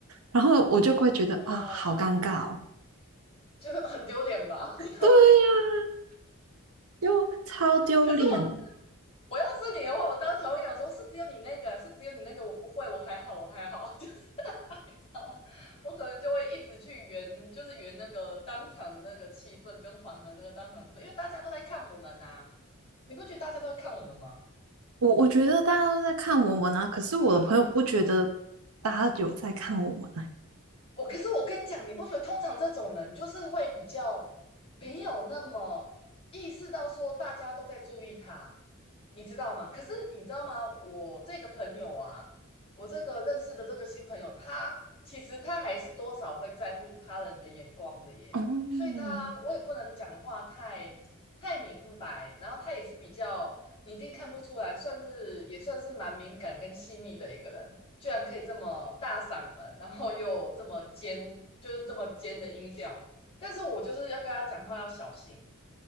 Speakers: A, on the right; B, on the left.
A: 然后我就会觉得啊好尴尬哦，
B: 啊 <laughs>，就很丢脸吧。<laughs>
A: 对呀、啊又超丢脸。
B: 可是我我要是你的话，我当场会想说，是只有你那个，是只有你那个，我不会，我还好，我还好，<laughs> 就是你知道吗？我可能就会一直去圆，就是圆那个当场的那个气氛跟缓和那个当场气氛，因为大家都在看我们呐、你不觉得大家都在看我们吗？
A: 我我觉得大家都在看我们啊，可是我的朋友不觉得
B: <sighs> 啊。
A: 大家有在看我们啊。
B: 我可是我跟你讲，你不觉得通常这种人就是会比较没有那么意识到说大家都在注意他，你知道吗？可是你知道吗？我这个朋友啊，我这个认识的这个新朋友，他其实他还是多少会在乎他人的眼光的耶，
A: 哦，
B: 所以他我也不能讲话太太明白，然后他也是比较你一定看不出来，算是也算是蛮敏感跟细腻的一个人。居然可以这么大嗓门，然后又这么尖，就是这么尖的音调。但是我就是要跟他讲话要小心，